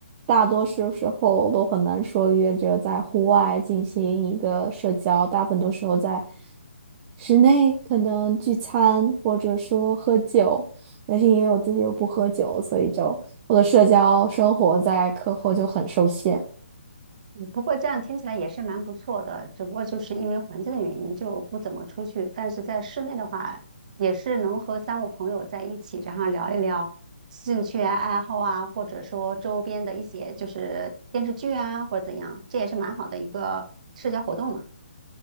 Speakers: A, on the right; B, on the right.
A: 大多数时候都很难说约着在户外进行一个社交，大部分都时候在室内可能聚餐或者说喝酒，但是因为我自己又不喝酒，所以就。我的社交生活在课后就很受限。
B: 不过这样听起来也是蛮不错的，只不过就是因为环境的原因就不怎么出去。但是在室内的话，也是能和三五朋友在一起，然后聊一聊兴趣啊、爱好啊，或者说周边的一些就是电视剧啊，或者怎样，这也是蛮好的一个社交活动嘛。